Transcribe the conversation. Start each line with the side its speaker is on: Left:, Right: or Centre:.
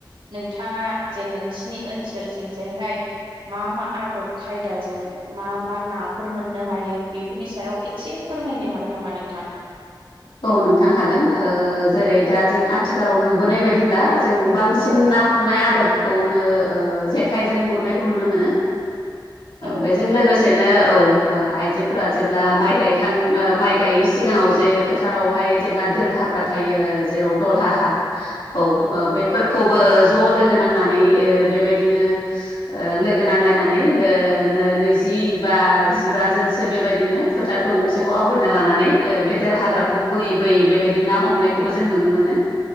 Right: नोंथाङा जे नोंसिनि ओनसोल थिंजायहाय मा मा आदब खायदाजों मा मा नाफोर मोननो हायो बेफोरनि सायाव एसे फोरमायनो हागोन नामा नोंथां
Left: औ नोंथां हागोन जेरै दा जों आथिखालाव नुबोनाय बायदिब्ला जों बांसिन
Right: औ
Left: ना हमनाय आदब खौनो जेखायजों गुरनायखौ नुनो मोनो
Right: औ
Left: बेजों
Right: नंगौ
Left: लोगोसेनो औ आइजोफोरा जेब्ला माइ गायखां माइ गायै सिगाङाव जे फोथारावहाय जेब्ला दोल हाग्रा थायो जेराव दलहा
Right: औ
Left: हा औ
Right: नंगौ
Left: बेफोरखौ ज लोगो नांनानै बेबायदिनो लोगो नांलायनानै नैजि बा जिबाजोनसो बेबायदिनो फोथारखौ गंसेखौ
Right: औ
Left: आवग्रिना लानानै बे देल हाग्राखौ
Right: औ
Left: बोयै बोयै बेबायदि बिदि ना हमनायखौबो जों नुनो मोनो